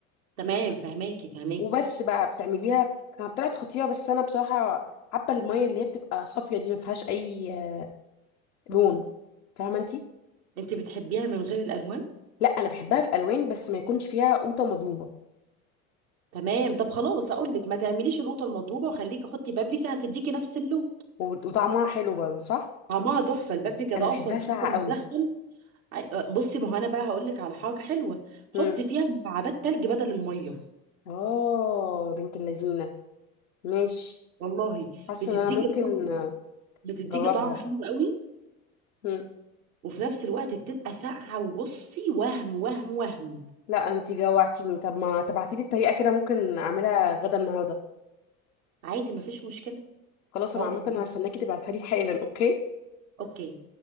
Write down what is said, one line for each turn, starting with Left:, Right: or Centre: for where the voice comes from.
Right: تمام فهماكي فهماكي
Left: وبس بقى بتعمليها بت- كانت طلعت خطيره بس انا بصراحه حابه الميه اللي هي بتبقى صافيه دي ما فيهاش اي آه، لون فاهمه انتي
Right: انت بتحبيها من غير الالوان
Left: لا انا بحبها بالالوان بس ما يكونش فيها قوطه مضروبه
Right: تمام طب خلاص اقول لك ما تعمليش القوطه المضروبه وخليكي حطي بابريكا هتديكي نفس اللون
Left: وب- وطعمها حلو برضه صح
Right: طعمها تحفه البابريكا
Left: انا
Right: ده
Left: بحبها
Right: اصلا فلفل
Left: ساقعه قوي
Right: مدخن أي- أه، بصي ما هو انا بقى هقول لك على حاجه حلوه حطي
Left: امم
Right: فيها مكعبات تلج بدل الميه
Left: اه بنت اللذينه ماشي
Right: والله
Left: حاسه
Right: بتديكي
Left: ان انا ممكن
Right: طعم
Left: آه،
Right: بتديكي
Left: اجربها
Right: طعم
Left: لا
Right: حلو قوي
Left: مم.
Right: وفي نفس الوقت بتبقى ساقعه وبصي وهم وهم وهم
Left: لا انتي جوعتيني طب ما تبعتيلي الطريقه كده ممكن اعملها غدا النهارده
Right: عادي ما فيش مشكله
Left: خلاص
Right: حاضر
Left: انا عامه هستناكي تبعتها لي حالا اوكي
Right: اوكي